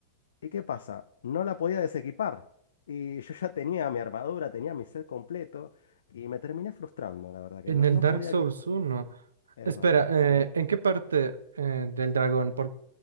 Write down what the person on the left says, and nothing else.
¿Y qué pasa? No la podía desequipar. Y yo ya tenía mi armadura, tenía mi set completo. Y me terminé frustrando, la verdad, que
no,
no
podía
quitar.
Es
verdad,
sí.